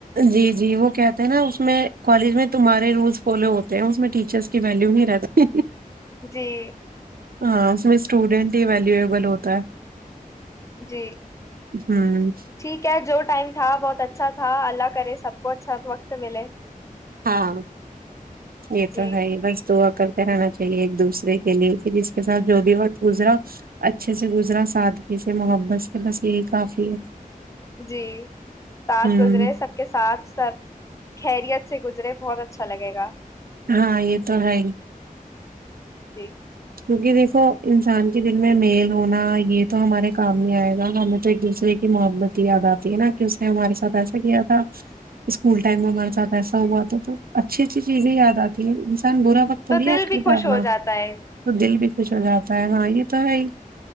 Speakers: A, on the right; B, on the left.
A: جی جی وہ کہتے ہیں نا اس میں کالج میں تمہارے رولس فالو ہوتے ہیں اس میں ٹیچرس کی ویلیو نہیں رہتا
B: جی
A: ہاں اس میں اسٹوڈینٹ ہی ویلیوبل ہوتا ہے
B: جی
A: ہوں
B: ٹھیک ہے جو ٹائم تھا بہت اچھا اچھا تھا اللہ کر سب کو اچھا وقت ملے
A: ہاں یہ تو
B: جی
A: ہے بستو کرتے رہنا چاہیے ایک دوسرے کے لیے کہ جس کے ساتھ جو بھی وقت گزرا اچھے سے گزرا سادگی سے محبت سے بس یہی کافی ہے
B: جی ساتھ
A: ہوں
B: گزرے سب کے ساتھ سب خیریت سے گزرے بہت اچھا لگےا
A: ہاں یہ تو ہے ہی
B: جی
A: کیوںکہ دیکھو انسان کے دل میں میل ہونا یہ تو ہمارے کام ہی آئے گا ہمیں تو ایک دوسرے کی محبت یاد آتی ہے نا کہ اس نے ہمارے ساتھ ایسا کیا تھا اسکول ٹائم میں ہمارے ساتھ ایسا ہوا تھا تو اچھی چیز جیز بھی یاد آتی ہے انسان برا وقت تھوڑی
B: تو دل
A: یاد
B: بھی
A: کرتا
B: خوش
A: ہے اپنا
B: ہو جاتا ہے
A: تو دل بھی خوش ہو جاتا ہے ہاں یہ تو ہے ہی